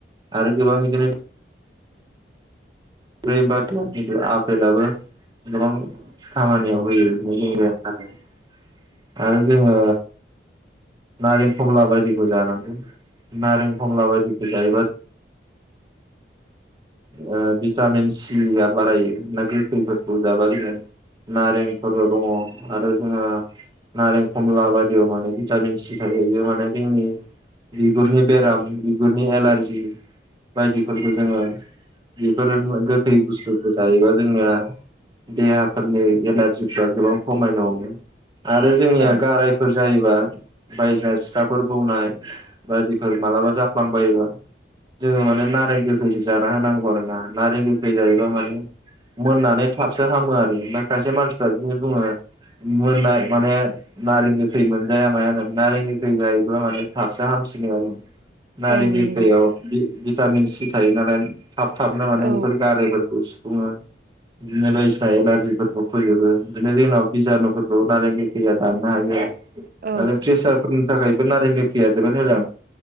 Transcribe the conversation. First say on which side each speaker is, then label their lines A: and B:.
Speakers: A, on the right (about 25°); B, on the right (about 50°).
A: आरो गोबां बिदिनो <unintelligible> आपेलाबो गोबां खामानियाव होयो । <unintelligible> आरो जोंङो नारें खमला बायदिखौ जानांगौ नारें खमला बायदिखौ जायोबा ओ भिटामिन सिया बारायो ना गोखैफोरखौ जाबा जोङो नारेंफोरबो दङ' आरो जोङो नारें खमला बायदियाव माने भिटामिन सि थायो । बियो माने जोंनि बिगुरनि बेराम बिगुरनि एलारजि बायदिफोरखौ जोङो बेफोरो गोखै बुस्थुफोर जायोबा जोंनिया देहाफोरनि एलारजिफ्रा गोबां खमायनो हमो । आरो जोंनिया
B: औ
A: गारायफोर जायोबा बायदिसिना सिखाफोर बौनाय बायदिफोर मालाबा जाफ्लांबायोबा जोङो माने नारें गोखैसो जा ना होनांगौ आरोना नारें गोखै जायोब्ला माने मोननानै थाबसो हामो आरो ओमफ्राय खायसे मानसिफ्रा बिदिनो बुङो । मोननाय माने नारें गोखै मोनजाया माया नों नारें गोखै जायोब्ला माने थाबसो हाम सिनो आरो नारें
B: औ
A: गोखैयाव
B: नंगौ
A: बि भिटामिन सि थायो नालाय । थाब थाबनो माने
B: औ
A: बेफोर गारायफोरखौ सुफुङो । <unintelligible> बायदिसिना एलारजिफोरखौ फोजोबो बिदिनो जोंनाव बिजानुफोरखौ नारें गोखैया दाननो हायो ।
B: औ
A: आरो प्रेसारफोरनि थाखायबो नारें गोखैया जोबोद मोजां ।